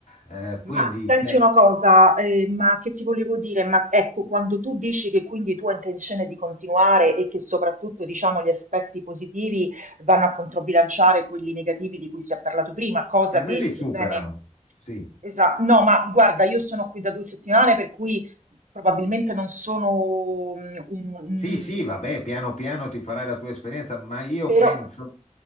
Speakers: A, on the left (about 70°); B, on the right (about 85°).
A: Eh,
B: Ma
A: quindi
B: senti
A: cioè,
B: una cosa, eh, ma che ti volevo dire? Ma ecco, quando tu dici che quindi tu hai intenzione di continuare e che soprattutto diciamo gli aspetti positivi vanno a controbilanciare quelli negativi di cui si è parlato prima, cosa
A: per
B: che
A: me li
B: sebbene...
A: superano. Sì,
B: Esatto, no, ma guarda, io sono qui da due settimane per cui probabilmente non sono mm, un, un-
A: sì, sì, vabbè, piano piano ti farai la tua esperienza, ma io
B: però,
A: penso